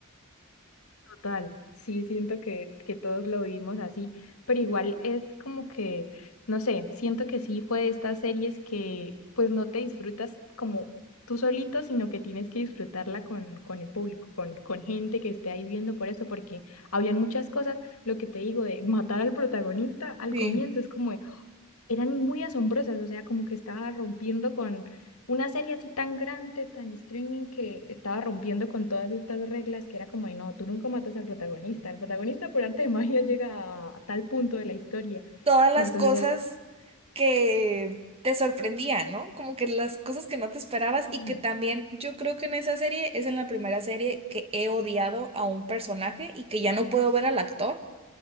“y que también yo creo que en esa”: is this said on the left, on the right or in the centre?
Right